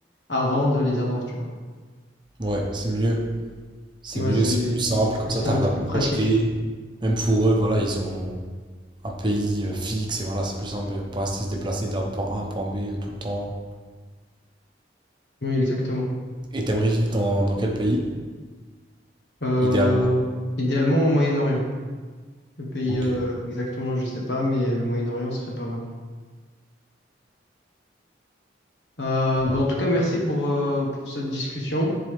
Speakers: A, on the left (about 65°); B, on the right (about 25°).
A: avant de les avoir, tu vois.
B: Ouais, c'est mieux. C'est
A: Ouais,
B: mieux,
A: c'est
B: c'est plus simple,
A: c'est
B: comme
A: plus
B: ça,
A: simple,
B: t'arrives
A: c'est
B: à te
A: plus pratique.
B: projeter. Même pour eux, voilà, ils ont... un pays euh, fixe et voilà, c'est plus simple. On peut rester se déplacer d'un point A à un point B euh, tout le temps.
A: Oui, exactement.
B: Et t'aimerais vivre dans, dans quel pays,
A: Euh,
B: idéalement?
A: idéalement au Moyen-Orient. Le pays
B: Ok.
A: euh, exactement, je sais pas, mais le Moyen-Orient serait pas mal. Euh,
B: Ouais.
A: ben, en tout cas, merci pour, euh, pour cette discussion.